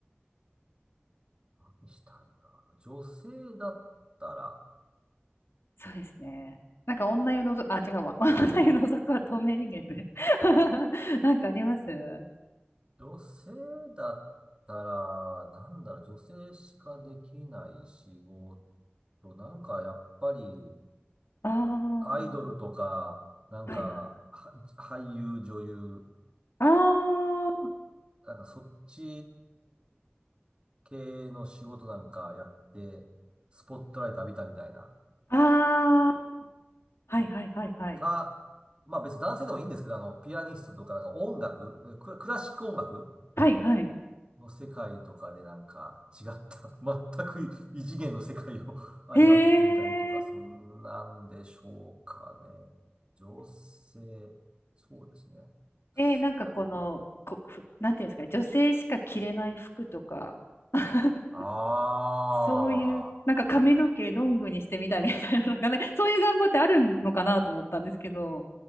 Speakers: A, on the right (about 25°); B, on the left (about 85°).
A: 何したいな。女性だったら、
B: そうですね。なんか女湯のぞ、あ、違うわ。<laughs> 女湯のぞくは透明人間ですね。<laughs> なんかあります
A: 女性だったら、なんだろう、女性しかできない仕事。なんか、やっぱり、
B: あ
A: アイドルとか、
B: あ
A: なんか、
B: ー、はいはい。
A: は俳優、女優、
B: あ
A: なんか、そっち系の仕事なんかやって、スポットライト浴びたみたいな。
B: あ、ああ、はいはいはいはい。
A: か、まあ別に男性でもいいんですけど、あの、ピアニストとかなんか音楽、クラ、クラシック音楽
B: はいはい。
A: の世界とかでなんか違った、<laughs> 全く異次元の世界を <laughs> 味わってみたりとか、
B: へえ。
A: そんなんでしょうかね。女性、そうですね。
B: で、なんかこの、
A: やっ
B: こ、ふなんていうんですかね、女性しか着れない服とか、<laughs>
A: あ
B: そういう、なんか髪の毛ロングにしてみたいみたいなのがね、<laughs> そういう願望ってあるのかなと思ったんですけど。